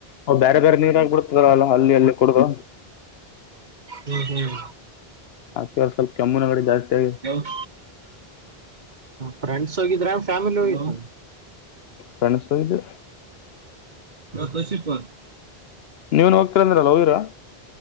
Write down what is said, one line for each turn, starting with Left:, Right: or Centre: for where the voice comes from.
Left: ಅವ್ ಬೇರೆ ಬೇರೆ ನೀರ ಆಗ್ಬಿಡ್ತ ಅಲ್ಲ ಅಲ್ಲಿ ಅಲ್ಲಿ ಕುಡುದು
Right: ಹ್ಮ್ ಹ್ಮ್
Left: ಅದಿಕ್ಕೆ ಸ್ವಲ್ಪ ಕೆಮ್ಮು ನೆಗಡಿ ಜಾಸ್ತಿ ಆಗ್ಯಾದ
Right: ಹ ಫ್ರೆಂಡ್ಸ್ ಹೋಗಿದ್ರಾ ಫ್ಯಾಮಿಲಿ ಹೋಗಿದ್ರ
Left: ಫ್ರೆಂಡ್ಸ್ ಹೋಗಿದ್ವಿ
Right: ಇವತ್ತು ಫಸ್ಟ್ ಶಿಫ಼್ಟ್ ಆ
Left: ನೀವ್ ಹೋಗ್ತಿವಿ ಅಂದ್ರಲ್ಲ ಹೋಗಿದ್ರ